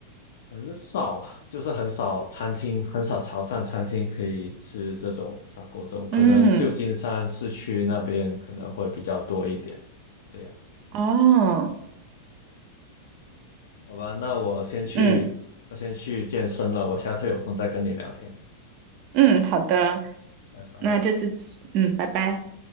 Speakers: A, on the left; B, on the right.
A: 很少，就是很少餐厅，很少潮汕餐厅可以吃这种砂锅粥，可能旧金山市区那边可能会比较多一点。
B: 嗯，
A: 这样，
B: 哦，
A: 好吧，那我先去，
B: 嗯。
A: 我先去健身了，我下次有空再跟你聊天，
B: 嗯，好的，
A: 拜拜。
B: 那这次，嗯，拜拜。